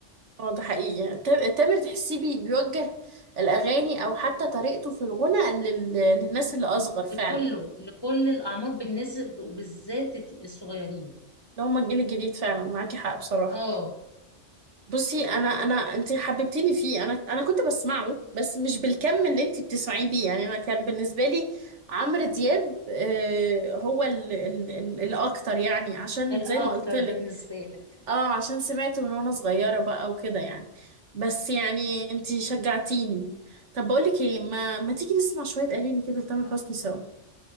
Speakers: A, on the right; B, on the left.
A: اه ده حقيقي تام- تامر تحسيه بي- بيوجه الأغاني أو حتى طريقته في الغنى لل... للناس اللي أصغر فعلا
B: لكله لكل الاعمار بالنسبة وبالذات الصغيرين
A: اللي هم الجيل الجديد فعلا معاكي حق بصراحة
B: اه
A: بصي أنا أنا أنت حببتيني فيه أنا أنا كنت بسمعه بس مش بالكم اللي أنت بتسمعيه بيه يعني أنا كان بالنسبة لي عمرو دياب آه، هو ال... ال... ال... الأكتر يعني عشان
B: الاكتر
A: زي ما قلت لك
B: بالنسبة لك
A: اه عشان سمعته من وانا صغيرة بقى وكده يعني بس يعني انتي شجعتيني طب بقولك ايه ما, ما تيجي نسمع شوية اغاني كده لتامر حسني سوا